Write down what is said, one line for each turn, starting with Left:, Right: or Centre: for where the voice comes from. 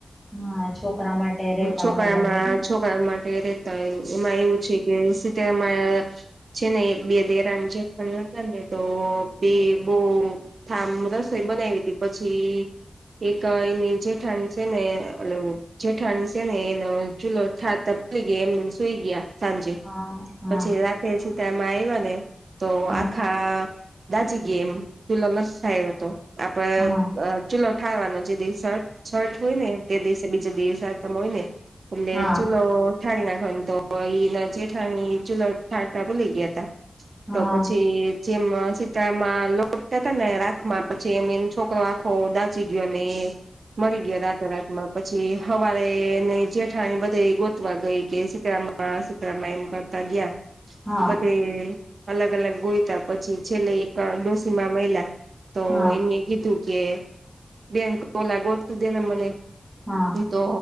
Centre: હા છોકરા માટે રહેતા
Right: છોકરામાં
Centre: હોય બધાય
Right: માટે રેતા હોય એમાં એવું છે કે શીતળા મા છે ને એક બે દેરાણી જેઠાણી હતા ને તો બે બ થામ રસોઈ બનાવી હતી પછી એક એની જેઠાણી છે ને જેઠાણી છે ને એનો ચલો છાતા એમનેમ સુઈ ગયા સાંજે
Centre: હા હા
Right: પછી રાત તે છતાં એમાં આવ્યા ને તો
Centre: હા
Right: આખા દાજી ગઈ એમ ચુલો <unintelligible> થાય હતો આપડે
Centre: હા
Right: ચૂલો ઠારવાનો જે દિવસ છઠ હોયને, તે દિવસે બીજે દિવસે સાતમ હોયને એટલે
Centre: હા
Right: ચૂલો ઠાર નાખવાનો તો એ જેઠાણી ચૂલો ઠારતા ભૂલી ગયા હતા.
Centre: હા
Right: તો પછી જેમ શીતળામાં લોટતા તાને રાખમાં પછી એમ એનો છોકરો આખો દાજી ગયો ને મળી ગયો રાત્રે રાતમાં પછી હવારે ને જેઠાણી બધે ગોતવા ગઈ કે શીતળા માં શીતળા માં એમ કરતા ગયા.
Centre: હા
Right: બધે અલગ અલગ ગોયતા, પછી છેલ્લે એક ડોશીમાં મળ્યા. તો
Centre: હા
Right: એને કીધું કે બેન ઓલા ગોતી દેને મને
Centre: હા.
Right: તો